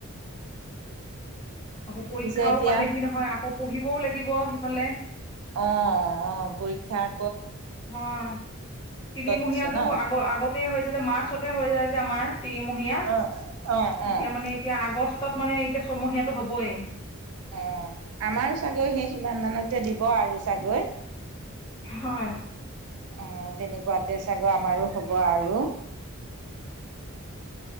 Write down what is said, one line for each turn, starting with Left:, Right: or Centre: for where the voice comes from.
Left: আকৌ পৰীক্ষাও
Right: পিছে এতিয়া
Left: পালে সি নহয়, আকৌ পঢ়িবও লাগিব সিফালে।
Right: অ অ পৰীক্ষাৰ
Left: হয় তিনিমহীয়াটো
Right: দিছে ন?
Left: আগ আগতে হৈ যায় যে মাৰ্চতে হৈ যায় যে আমাৰ। তিনিমহীয়া
Right: অ', অ',
Left: এতিয়া
Right: অ',
Left: মানে এতিয়া আগষ্টত মানে এতিয়া ছমহীয়াটো হবই।
Right: অ আমাৰো চাগে সেই সিমান মানতে দিব আৰু চাগৈ।
Left: হয়।
Right: আ তেনেকুৱাতে ছাগৰ আমাৰো হ'ব আৰু